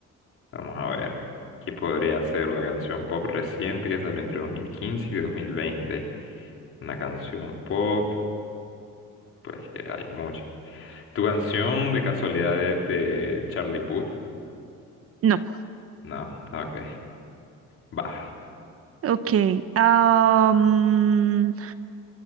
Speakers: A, on the left (about 45°); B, on the right (about 50°).
A: Vamos a ver. ¿Qué podría ser? Una canción pop reciente que salió entre 2015 y 2020. Una canción pop. Pues que hay muchas. ¿Tu canción de casualidad es de Charlie Puth?
B: No,
A: No, ok. Va.
B: ok. Ah, mm,